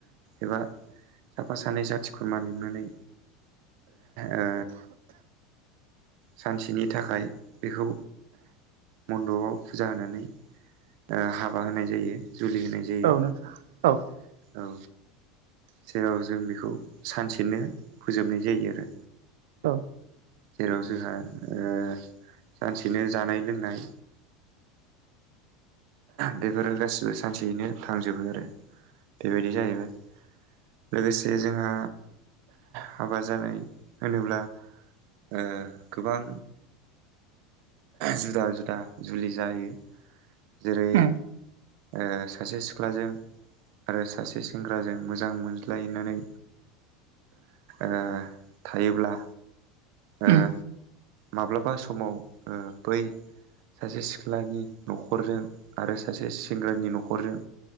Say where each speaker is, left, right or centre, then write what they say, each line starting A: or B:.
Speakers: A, on the right; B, on the right.
A: एबा। साफा सानै जाथि खुरमा लिंनानै। ओ सानसेनि थाखाय बेखौ मन्दबाव फुजा होनानै। ओ हाबा होनाय जायो जुलि होनाय जायो
B: औ नोंथां औ
A: औ। जेराव जों बिखौ सानसेनो फोजोबनाय जायो आरो।
B: औ
A: जेराव जोंहा ओ सानसेनो जानाय लोंनाय। बेफोरो गासिबो सानसेयैनो थांजोबो आरो। बेबायदि जाहैबाय। लोगोसे जोंङो हाबा जानाय होनोब्ला। ओ गोबां। जुदा जुदा जुलि जायो जोरै।
B: उम
A: ओ सासे सिख्लाजों। आरो सासे सेंग्राजों मोजां मोनज्लायनानै। ओ थायोब्ला। ओ
B: उम
A: माब्लाबा समाव ओ बै। सासे सिख्लानि न'खरजों आरो सासे सेंग्रानि न'खरजों।